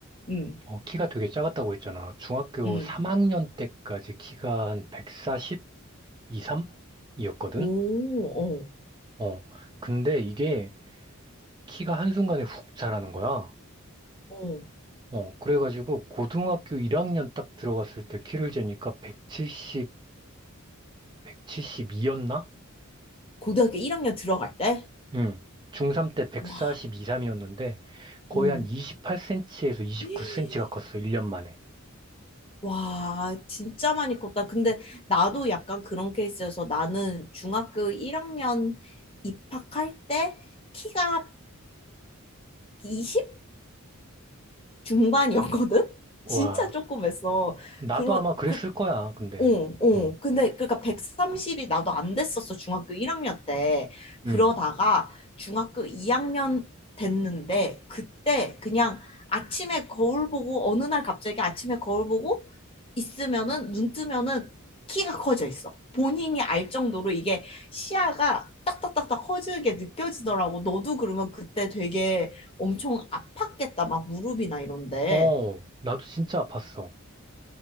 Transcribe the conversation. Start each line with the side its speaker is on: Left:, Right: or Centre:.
Left: 응,
Right: 어, 키가 되게 작았다고 했잖아. 중학교
Left: 응.
Right: 3학년 때까지 키가 한 140, 23? 이었거든?
Left: 오, 어,
Right: 어, 근데 이게 키가 한순간에 훅 자라는 거야.
Left: 어.
Right: 어, 그래가지고 고등학교 1학년 딱 들어갔을 때 키를 재니까 170, 172였나?
Left: 고등학교 1학년 들어갈 때?
Right: 응. 중3 때 142,
Left: 와,
Right: 3이었는데 거의
Left: 오.
Right: 한 28cm에서 29cm가
Left: <gasps>
Right: 컸어. 1년 만에.
Left: 와, 진짜 많이 컸다. 근데 나도 약간 그런 케이스여서 나는 중학교 1학년 입학할 때 키가 120 중반이었거든? <laughs>
Right: 와.
Left: 진짜 조그맸어.
Right: 나도
Left: 그런,
Right: 아마 그랬을
Left: 그,
Right: 거야. 근데.
Left: 어, 어.
Right: 응.
Left: 근데 그러니까 130이 나도 안 됐었어. 중학교 1학년 때. 그러다가
Right: 응.
Left: 중학교 2학년 됐는데 그때 그냥 아침에 거울 보고 어느 날 갑자기 아침에 거울 보고 있으면은 눈 뜨면은 키가 커져 있어. 본인이 알 정도로 이게 시야가 딱딱딱딱 커지게 느껴지더라고. 너도 그러면 그때 되게 엄청 아팠겠다. 막 무릎이나 이런데.
Right: 어. 나도 진짜 아팠어.